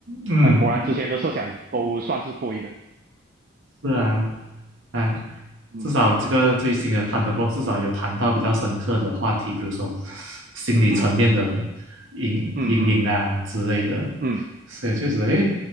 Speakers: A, on the right; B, on the right.
A: 嗯，
B: 啊、果然之前的设想都算是对的，
A: 是啊。哎，
B: 嗯
A: 至少这个最新的 t h u 至少有谈到比较深刻的话题，比如说心理层面的阴阴影啊之类的，
B: 嗯嗯嗯嗯，嗯
A: 所以确实，哎，